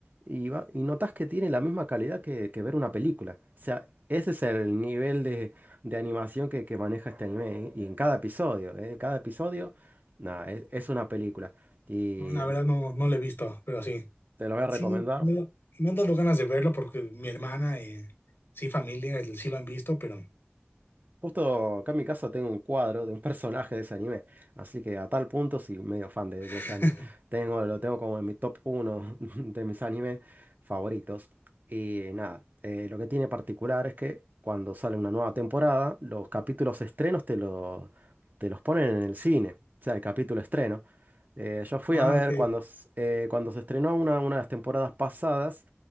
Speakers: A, on the right; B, on the left.
A: y, va- y notás que tiene la misma calidad que, que ver una película. O sea, ese es el nivel de, de animación que, que maneja este anime. Y en cada episodio, eh, cada episodio, nada, es es una película. Y.
B: La verdad no, no lo he visto, pero sí.
A: Te lo voy a
B: Sí,
A: recomendar.
B: me, me han dado ganas de verlo porque mi hermana y sí, familia, el- sí lo han visto, pero...
A: Justo acá en mi casa tengo un cuadro de un <laughs> personaje de ese anime. Así que a tal punto sí, medio fan de,
B: <laughs>
A: de ese anime. Tengo, lo tengo como en mi top uno <laughs> de mis animes favoritos. Y nada, eh, lo que tiene particular es que cuando sale una nueva temporada, los capítulos estrenos te, lo- te los ponen en el cine. O sea, el capítulo estreno. Eh, yo fui
B: Ah,
A: a ver
B: ok.
A: cuando, s- eh, cuando se estrenó una, una de las temporadas pasadas.